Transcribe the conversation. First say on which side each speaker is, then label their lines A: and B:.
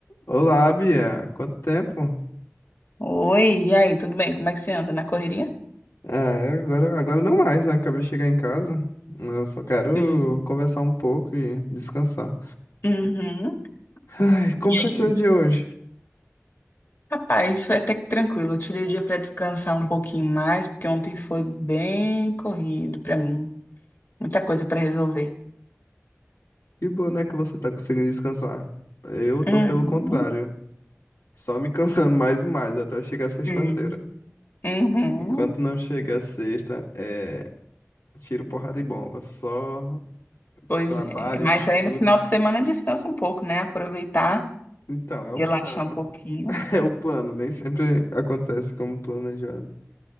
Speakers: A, on the left; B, on the left.
A: Olá, Bia. Quanto tempo?
B: Oi, e aí, tudo bem? Como é que você anda? Na correria?
A: Ah, eu agora, agora não mais, né? Acabei de chegar em casa. Eu só quero
B: Sim.
A: conversar um pouco e descansar.
B: Uhum.
A: Ai, Como
B: E
A: foi
B: aí?
A: seu dia hoje?
B: Rapaz, foi até que tranquilo. Eu tirei o dia para descansar um pouquinho mais, porque ontem foi bem corrido para mim. Muita coisa para resolver.
A: Que bom, né, que você tá conseguindo descansar. Eu tô
B: É.
A: pelo
B: Uhum.
A: contrário, só me cansando <laughs> mais e mais até chegar sexta-feira.
B: Sim. Uhum.
A: Enquanto não chegar sexta, é tiro, porrada e bomba. Só
B: Pois
A: trabalho,
B: é. Mas
A: estudo.
B: aí no final de semana descansa um pouco, né? Aproveitar,
A: Então, é o
B: relaxar
A: plano.
B: um pouquinho.
A: <laughs> É o plano, nem sempre acontece como planejado.